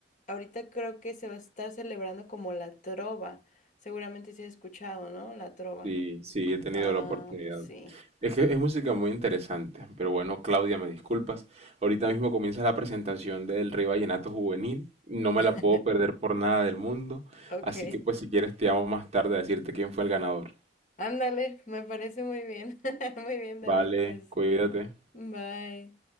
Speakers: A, on the left; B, on the right.
A: ahorita creo que se va a estar celebrando como la trova, seguramente se ha escuchado, ¿no? La trova.
B: Sí, sí, he tenido
A: Ah,
B: la oportunidad.
A: pues sí.
B: Es que es música muy interesante, pero bueno, Claudia, me disculpas. Ahorita mismo comienza la presentación del Rey Vallenato Juvenil. No me
A: <laughs>
B: la puedo perder por nada del mundo.
A: Ok.
B: Así que pues si quieres te llamo más tarde a decirte quién fue el ganador.
A: Ándale, me parece muy bien. <laughs> Muy bien, David,
B: Vale,
A: pues
B: cuídate.
A: bye.